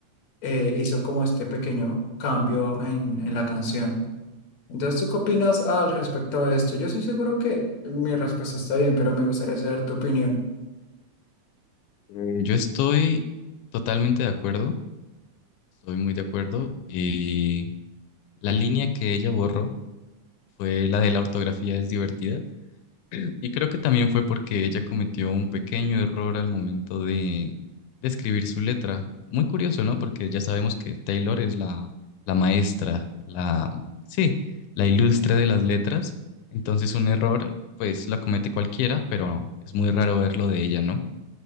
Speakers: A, on the left; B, on the left.
A: eh, hizo como este pequeño cambio en, en la canción. Entonces, ¿tú qué opinas al respecto de esto? Yo estoy seguro que mi respuesta está bien, pero me gustaría saber tu opinión.
B: Eh, yo estoy totalmente de acuerdo, estoy muy de acuerdo. Y La línea que ella borró fue la de la ortografía es divertida y creo que también fue porque ella cometió un pequeño error al momento de, de escribir su letra. Muy curioso, ¿no? Porque ya sabemos que Taylor es la, la maestra, la, sí, la ilustre de las letras. Entonces un error, pues lo comete cualquiera, pero es muy raro verlo de ella, ¿no?